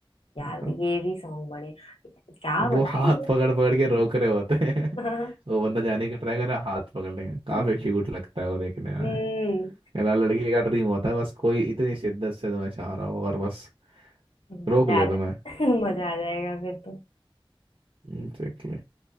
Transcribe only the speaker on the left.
यार
ये भी सॉन्ग बड़े क्या
बताए
मुझे
<laughs>
हम्म
मजा
आ जाए
<laughs> मजा आ जाएगा फिर तो